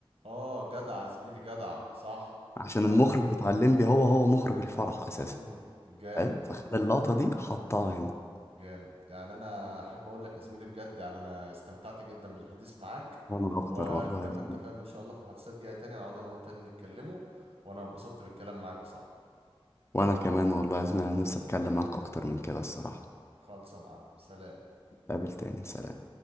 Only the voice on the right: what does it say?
اه جدع يا زميلي جدع صح
يعني
مم. جامد
مم.
جامد يعني انا احب اقول لك يا زميلي بجد يعني انا استمتعت جدا بالحديث معاك
واتمنى
انت فاهم ان شاء الله في محادثات جايه تانية نقعد انا وانت نتكلموا وانا اتبسطت بالكلام معاك يا صاحبي
خالص يا معلم سلام